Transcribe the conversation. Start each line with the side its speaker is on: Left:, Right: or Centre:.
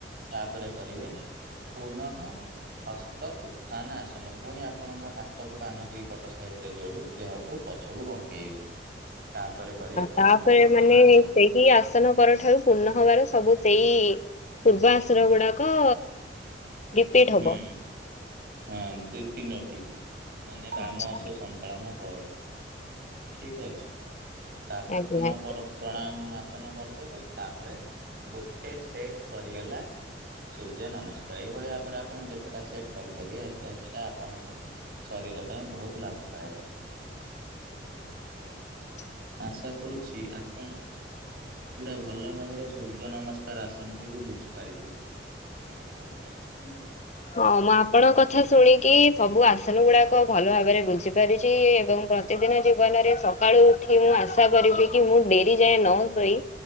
Right: ତାପରେ କରିବେ ପୁନଃ ହସ୍ତ ଉତ୍ଥାନ ଆସନ। ପୁଣି ଆପଣଙ୍କ ହାତକୁ କାନ ଦିଇ ପଟ ସାଇଡ ରେ ଯୋଡ଼ି ଦେହକୁ ପଛକୁ ବଙ୍କେଇବେ। ତାପରେ କରିବା ପୁନଃ
Left: ତାପରେ
Right: ପ୍ରଣମା
Left: ମାନେ
Right: ଆସନ।
Left: ସେହି ଆସନ ପର ଠାରୁ ପୂର୍ଣ୍ଣ ହବାର ସବୁ ସେଇ ପୂର୍ବ ଆଶ୍ର ଗୁଡ଼ାକ ରିପିଟ୍
Right: ହୁଁ
Left: ହବ।
Right: ହଁ ଦୁଇ, ତିନୋଟି ମାନେ ବାମ
Left: ଆଚ୍ଛା
Right: ସୋ ସଞ୍ଚାଳନ ପରେ ଠିକ୍ ଅଛି ତାପରେ,
Left: ଆଜ୍ଞା
Right: ପୁନଃ
Left: ଆଜ୍ଞା
Right: ପର ପ୍ରଣାମ ଆ ସନ କରିଦେବେ। ତାପରେ ଗୋଟେ ସେଟ୍ ସରିଗଲା। ସୂର୍ଯ୍ୟ ନମସ୍କାର ଏଇଭଳି ଭାବରେ ଆ ଆପଣ ଯେତେଟା ସେଟ୍ କରିପାରିବେ ଏ ତେ ସେଟା ଆପଣଙ୍କ ଶରୀର ପାଇଁ ବହୁତ ଲାଭଦାୟକ।
Left: <inaudible>
Right: ଆଶା କରୁଛି ଆପଣ ପୁରା ଭଲ ଭାବରେ ସୂର୍ଯ୍ୟ ନମସ୍କାର ଆସନଟିକୁ ବୁଝି ପାରିଥିବେ। <inaudible>
Left: ହଁ ମୁଁ ଆପଣଙ୍କ କଥା ଶୁଣିକି ସବୁ ଆସନ ଗୁଡାକ ଭଲ ଭାବରେ ବୁଝିପାରିଛି ଏବଂ ପ୍ରତିଦିନ ଜୀବନରେ ସକାଳୁ ଉଠି ମୁଁ ଆଶା କରିବି କି ମୁଁ ଡେରି ଯାଏଁ ନ ଶୋଇ